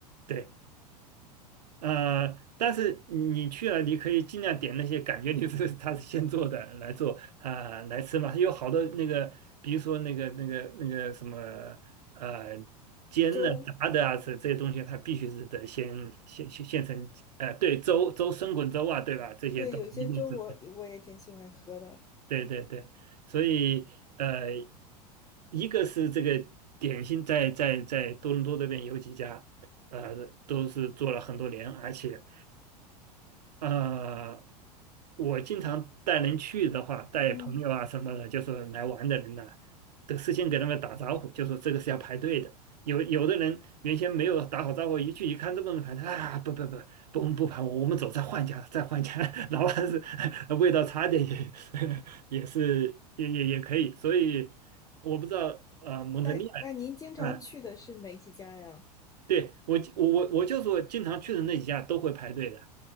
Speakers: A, on the right (about 75°); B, on the left (about 15°).
A: 对，呃，但是你去了，你可以尽量点那些感觉你是它是现做的来做啊、来吃嘛，有好多那个，比如说那个那个那个什么呃煎的、
B: 粥，
A: 炸的啊，这这些东西它必须是得先现现现成，呃，对，粥粥生滚粥啊，对吧？这些都一定是。
B: 对，有一些粥我我也挺喜欢喝的。
A: 对对对，所以呃，一个是这个点心在在在多伦多这边有几家，呃，都是做了很多年，而且呃，我经常带人去的话，带朋友啊什么的，
B: 嗯，
A: 就是来玩的人呢、都事先给他们打招呼，就说这个是要排队的。有有的人原先没有打好招呼，一去一看这么多人排队啊，不不不，不我们不排，我们走，再换一家，再换一家，<laughs> 哪怕是 <laughs> 味道差点也 <laughs> 也是也也也可以。所以我不知道呃蒙特利尔，
B: 那那您经常去的是哪几家呀？
A: 啊对，我我我我就是我经常去的那几家都会排队的，